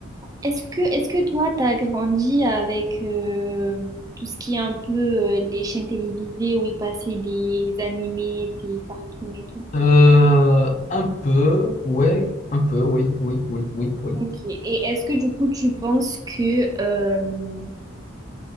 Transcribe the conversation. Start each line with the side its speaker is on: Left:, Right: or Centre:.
Right: est-ce que, est-ce que toi, t'as grandi avec euh, tout ce qui est un peu euh, les chaînes télévisées où ils passaient des animés, des cartoons et tout?
Left: Euh, un peu, ouais, un peu, oui, oui, oui, oui, oui.
Right: Ok. Et est-ce que du coup, tu penses que, euh,